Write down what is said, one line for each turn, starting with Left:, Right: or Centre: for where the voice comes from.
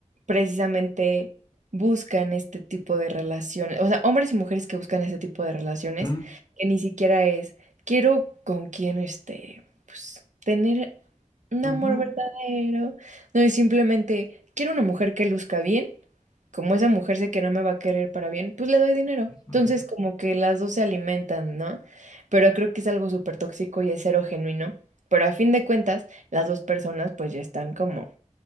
Right: precisamente buscan este tipo de relaciones. O sea, hombres y mujeres que buscan este tipo de relaciones,
Left: Mm,
Right: que ni siquiera es, quiero con quién este pues tener Un
Left: ujú.
Right: amor verdadero. No es simplemente, quiero una mujer que luzca bien. Como esa mujer sé que no me va a querer para bien, pues le doy dinero. Entonces,
Left: Mm.
Right: como que las dos se alimentan, ¿no? Pero creo que es algo súper tóxico y es cero genuino. Pero a fin de cuentas, las dos personas pues ya están como